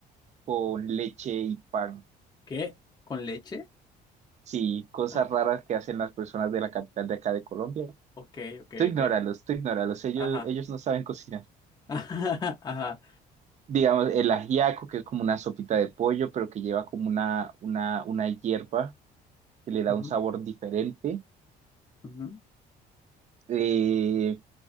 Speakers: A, on the right; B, on the left.
A: con leche y pan.
B: ¿Qué? ¿Con leche?
A: Sí, cosas
B: O-
A: raras que hacen las personas de la capital de acá de Colombia.
B: Ok, ok,
A: Tú ignóralos,
B: ok.
A: tú ignóralos, ellos,
B: Ajá.
A: ellos no saben cocinar.
B: <laughs> Ajá.
A: Digamos, el ajiaco, que es como una sopita de pollo, pero que lleva como una, una, una hierba que le da
B: Ujú,
A: un sabor diferente.
B: ujú,
A: Eh,